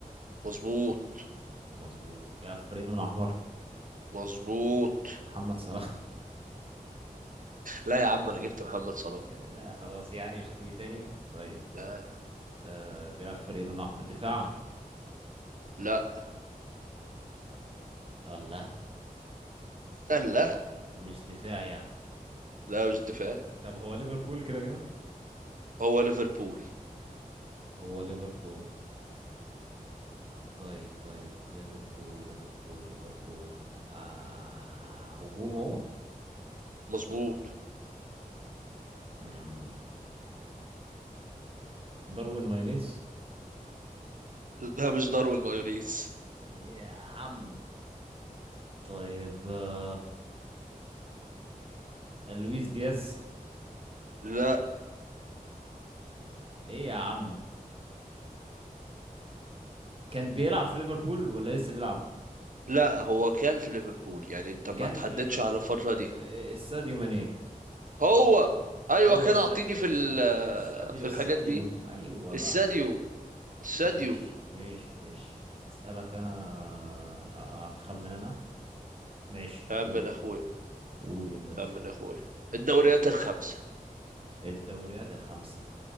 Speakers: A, on the right; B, on the right.
A: مظبوط
B: مظبوط بيلعب في فريق لونه احمر
A: مظبوط
B: محمد صلاح
A: لا يا عم انا جبت محمد صلاح
B: <laughs> لا خلاص يعني مش هتيجي تاني طيب
A: لا
B: آه بيلعب في فريق لونه احمر دفاع
A: لا
B: الله
A: لا
B: مش دفاع يعني
A: لا مش دفاع
B: طب هو ليفربول كده كده
A: هو ليفربول
B: هو ليفربول طيب طيب ليفربول ليفربول ليفربول آه هجوم هو
A: مظبوط
B: مم. داروين مايونيز
A: لا مش داروين مايونيز
B: يا عم طيب آه، لويس دياز
A: لا
B: ايه يا عم كان بيلعب في ليفربول ولا لسه بيلعب
A: لا هو كان في ليفربول يعني انت ما
B: كان
A: تحددش
B: في ليفربول
A: على الفترة دي
B: آه، الساديو ماني
A: هو ايوه
B: هو
A: كده
B: الساديو
A: اعطيني في
B: الساديو
A: ال-
B: الساديو
A: في
B: الساديو
A: الحاجات دي
B: ايوه
A: الساديو
B: بقى
A: الساديو
B: ماشي ماشي ماشي اسالك انا آه، آه، اخمن انا ماشي
A: يا عم
B: قول
A: من اخويا
B: قول يا باشا
A: يا عم من اخويا الدوريات الخمسة
B: الدوريات الخمسة